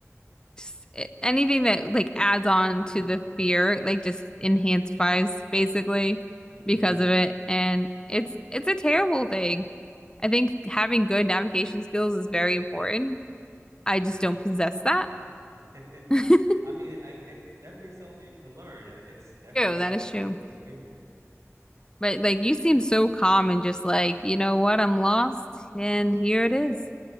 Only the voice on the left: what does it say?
just anything that like adds on to the fear, like just enhances basically
because of it. And it's it's a terrible thing. I think having good navigation skills is very important. I just don't possess that.
<laughs> True,
that is true.
But like you seem so calm and just like, you know what, I'm lost and here it is,